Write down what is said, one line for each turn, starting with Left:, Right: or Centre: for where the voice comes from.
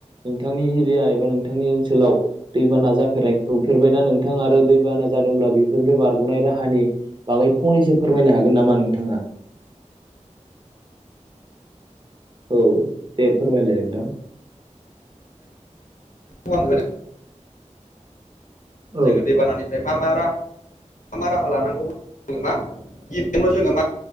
Right: नोंथांनि एरिया एबा नोंथांनि ओनसोलाव दैबाना जाफेरनायुफेरबायना नोंथां आरो दैबाना? जादोंब्ला बेफोरनि बे बारग'नाय राहानि बागै फंनैसो फोरमायनो हागोन नामा नोंथाङा? औ दे फोरमायलाय नोंथां।
Left: होनो
Right: औ
Left: जोङो दैबानानि मा मा मा राहा लानांगौ जों मा गिबियावनो जोङो मा?